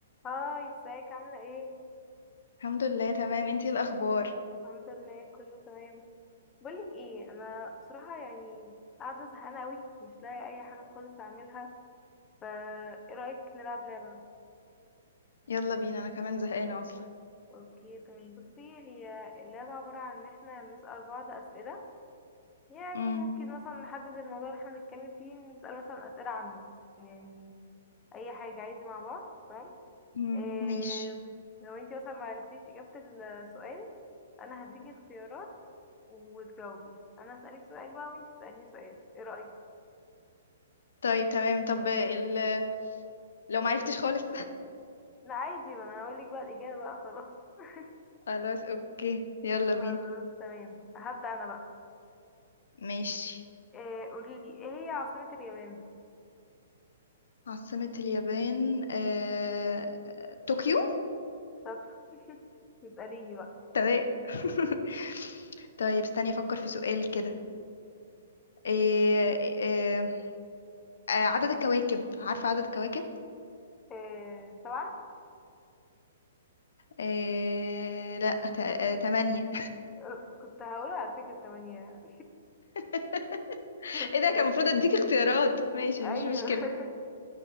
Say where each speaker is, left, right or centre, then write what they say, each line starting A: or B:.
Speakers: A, on the left (about 15°); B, on the left (about 80°).
A: هاي ازيك عاملة ايه؟
B: الحمد لله تمام انتي ايه الاخبار
A: الحمد لله كله تمام بقولك ايه انا بصراحة يعني قاعدة زهقانة اوي مش لاقي اي حاجة خالص اعملها فا ايه رأيك نلعب لعبة؟
B: يلا بينا انا كمان زهقانه اصلا
A: اوكي تمام بصي هي اللعبة عبارة عن ان احنا بنسأل بعض اسئلة يعني
B: امم
A: ممكن مثلا نحدد الموضوع اللي احنا بنتكلم فيه نسأل مثلا اسئلة عامة يعني اي حاجة عادي مع بعض تمام؟
B: امم
A: إيه
B: ماشي
A: لو انتي مثلا معرفتيش اجابة السؤال انا هديكي اختيارات وتجاوبي انا هسألك سؤال بقى وانت تسأليني سؤال ايه رأيك
B: طيب تمام طب ال... لو معرفتش خالص
A: لا عادي ما انا هقول لك بقى الإجابة بقى خلاص <laughs>
B: <laughs> خلاص اوكي يلا
A: خلاص
B: بينا
A: تمام هبدأ انا بقى
B: ماشي
A: إيه قولي لي ايه هي عاصمة اليابان
B: عاصمة اليابان آه... طوكيو
A: شاطر <laughs> اسأليني بقى
B: تمام <laughs> طيب استني افكر في سؤال كده آه... آه... آه... عدد الكواكب عارفة عدد الكواكب
A: إيه سبعة
B: آه... لا ت... آه... تمانية
A: آه، كنت هقول على فكرة تمانية
B: <laughs>
A: <laughs> اوكي
B: ايه ده كان المفروض اديك اختيارات ماشي
A: ايوه
B: مش مشكلة
A: <laughs>